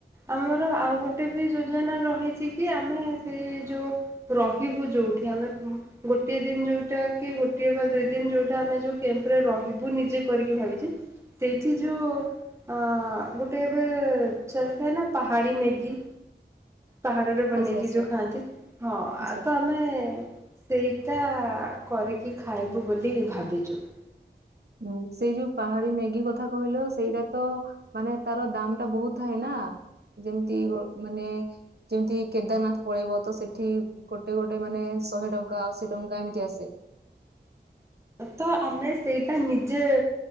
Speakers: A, on the right; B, on the right.
A: ଆମର ଆଉ ଗୋଟେ ବି ଯୋଜନା ରହିଛି କି ଆମେ ସେ ଯୋଉ ରହିବୁ ଯୋଉଠି ଆମେ ଗୋ ଗୋଟିଏ ଦିନ ଯଉଟା କି ଗୋଟିଏ ବା ଦୁଇ ଦିନ ଯଉଟା ଆମେ ଯଉ କ୍ୟାମ୍ପରେ ରହିବୁ ନିଜେ କରିକି ଭାବିଛି ସେଇଠି ଯୋଉ ଅ ଅ ଗୋଟେ ଏବେ ଚାଲିଥାଏ ନା ପାହାଡ଼ି ମେଗି। ପାହାଡରେ ବନେଇକି
B: ଆଚ୍ଛା ଆଚ୍ଛା।
A: ଯୋଉ ଖାଆନ୍ତି। ହଁ
B: ଆଚ୍ଛା
A: ଆ ତ ଆମେ ସେଇଟା କରିକି ଖାଇବୁ ବୋଲି ଭାବିଛୁ।
B: ହଁ ସେଇ ଯୋଉ ପାହାଡି ମ୍ୟାଗି କଥା କହିଲ ସେଇଟା ତ ମାନେ ତାର ଦାମ ଟା ବହୁତ ଥାଏ ନ ଯେମିତି ମାନେ ଯେମିତି କେଦାରନାଥ ପଳେଇବ ତ ସେଠି ଗୋଟେ ଗୋଟେ ମାନେ ଶହେ ଟଙ୍କା ଅଶୀ ଟଙ୍କା ଏମିତି ଆସେ।
A: ତ ଆମେ ସେଇଟା ନିଜେ